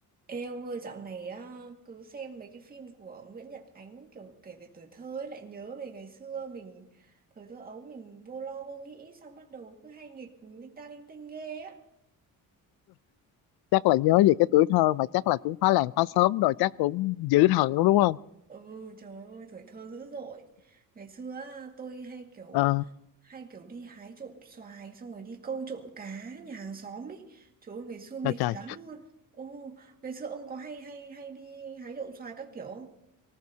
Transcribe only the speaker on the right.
Ê ông ơi dạo này á, cứ xem mấy cái phim của Nguyễn Nhật Ánh kiểu kể về tuổi thơ ấy lại nhớ về ngày xưa mình thời thơ ấu mình vô lo vô nghĩ xong bắt đầu cứ hay nghịch linh ta linh tinh ghê á.
Ừ trời ơi tuổi thơ dữ dội. Ngày xưa á, tôi hay kiểu
hay kiểu đi hái trộm xoài xong rồi đi câu trộm cá nhà hàng xóm ấy. Trời ơi ngày xưa nghịch
lắm luôn. Ồ ngày xưa ông có hay hay hay đi hái trộm xoài các kiểu không?